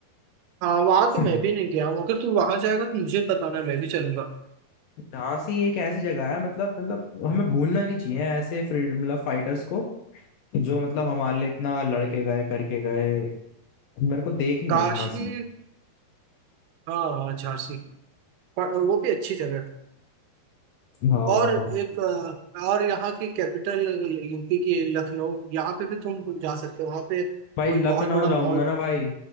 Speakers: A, on the right; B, on the left.
A: हाँ वहां तो
B: हम्म।
A: मैं भी नहीं गया हूँ अगर तू वहां जाएगा तो मुझे बताना मैं भी चलूंगा
B: झांसी एक ऐसी जगह है मतलब मतलब हमें भूलना नहीं चाहिए ऐसे फ्रीडम मतलब फाइटर्स को जो मतलब हमारे लिए इतना लड़के गए करके गए मेरे को देखनी
A: काशी
B: है झांसी
A: हाँ झांसी पर वो भी अच्छी जगह है।
B: हाँ
A: और एक अ, और यहाँ की कैपिटल यूपी की लखनऊ यहाँ पे भी तुम जा सकते हो वहाँ पे कोई
B: भाई लखनऊ
A: बहुत बड़ा
B: जाऊंगा
A: मॉल
B: ना भाई